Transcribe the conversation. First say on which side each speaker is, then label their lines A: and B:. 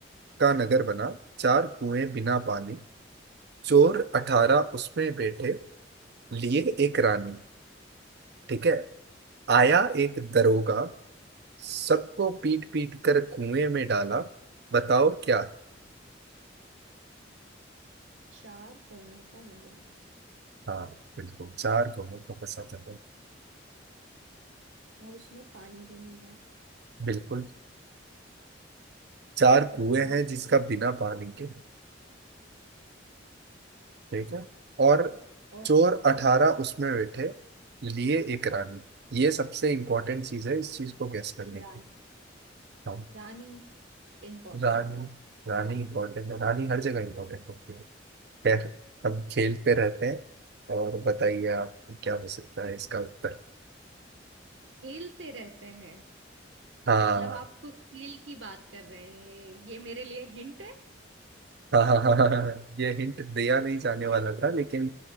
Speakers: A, on the right; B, on the right.
A: का नगर बना चार कुएं बिना पानी चोर अठारह उसमें बैठे लिए एक रानी ठीक है आया एक दरोगा सबको पीट पीट कर कुएं में डाला बताओ क्या
B: चार कोनों का नगर बसा
A: हाँ बिल्कुल चार कुएं का फंसा था
B: और उसमें पानी भी नहीं है
A: बिल्कुल चार कुएं
B: अठरा
A: हैं जिसका बिना पानी के ठीक है और
B: और
A: चोर अठारह उसमें बैठे लिए एक रानी ये सबसे इम्पोर्टेंट चीज है इस चीज को गैस करने
B: रानी
A: की हाँ
B: रानी इम्पोर्टेंट
A: रानी
B: है
A: रानी इम्पोर्टेंट है रानी हर जगह इम्पोर्टेंट होती है खैर हम खेल पे रहते हैं और बताइए आप क्या हो सकता है इसका उत्तर
B: खेलते रहते हैं
A: हाँ
B: मतलब आप खेल की बात कर रहे हैं ये ये मेरे लिए हिंट है
A: हाँ हाँ हाँ हाँ हाँ, हाँ। ये हिंट दिया नहीं जाने वाला था लेकिन